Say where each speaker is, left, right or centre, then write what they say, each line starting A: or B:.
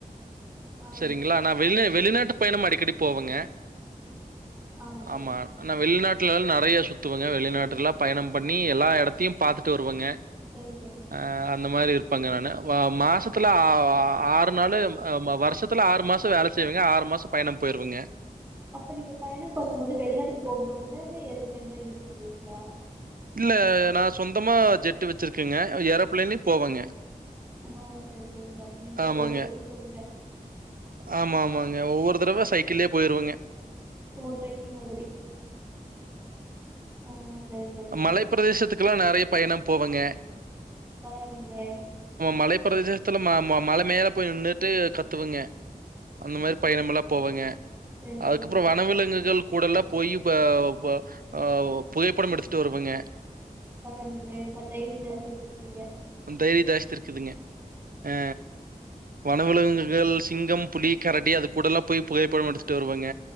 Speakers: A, on the right; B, on the right.
A: ஆமாங்க
B: சரிங்களா ஆனா வெளிந வெளிநாட்டு பயணம் அடிக்கடி போவங்க
A: ஆமாங்க
B: ஆமா ஆனா வெளிநாட்டு வெளி நாட்டுலல்லா நறைய சுத்துவங்க வெளிநாட்டுலல்ளா பயணம் பண்ணி எல்லா எடத்தையு பாத்துட்டு வருவங்க
A: செரி
B: ஆ அந்த மாரி இருக்கு இருப்பாங்க நானு மாசத்துல ஆ ஆறு நாள் வருஷத்துல ஆறு மாசோ வேல செய்வங்க ஆறு மாசோ பயணம் போயிருவங்க
A: அப்ப நீங்க பயணம் பண்ணும் போது வெளிநாட்டுக்கு போகும் போதெல்லாமே ஏரோபிளான் தா யூஸ் பண்ணுவீங்களா
B: இல்ல நா சொந்தமா ஜெட்டு வச்சிருக்கேங்க ஏற பிளன்லயு போவங்க
A: ஓ சேரி சேரிங்க அப்ப நீங்க
B: ஆமாங்க.
A: கோடீஸ்வருனு சொல்லுங்க
B: ஆமா ஆமாங்க ஒவ்வொரு தடவை சைக்கிள்ளேயே போயிருவங்க
A: ஓ ட்ரக்கிங் மாதிரி ஆ சரி சரிங்க
B: மலைப்ப பிரதேசத்துக்கெல்லா நறைய பயணம் போவங்க
A: பரவாளங்களே
B: மலை பிரதேசத்துல ம மழை மேல போய் நின்னுட்டு கத்துவங்க அந்த மாரி பயணமெல்லா போவங்க
A: சரி
B: அதுக்கப்புறோ
A: சரிங்க
B: வனவிலங்குகள் கூடல்லா போயி போ ஆ ஆ புகைப்படம் எடுத்து துட்டு வருவங்க
A: பரவாலங்களே ரொம்ப தைரியோ தாஸ்தி வெச்சிருக்கிங்க
B: தைரிய ஜாஸ்தி இருக்குதுங்க ஆ வனவிலங்குகள் சிங்கம் புளி கரடி அது கூடலா போய் புகைப்படம் எடுத்துட்டு வருவங்க